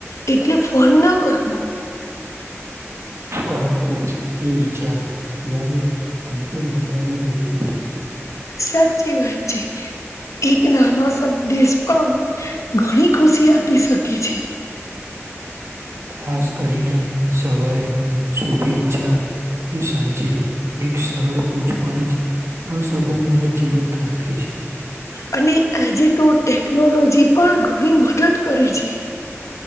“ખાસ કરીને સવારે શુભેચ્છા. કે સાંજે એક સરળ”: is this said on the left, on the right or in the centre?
Right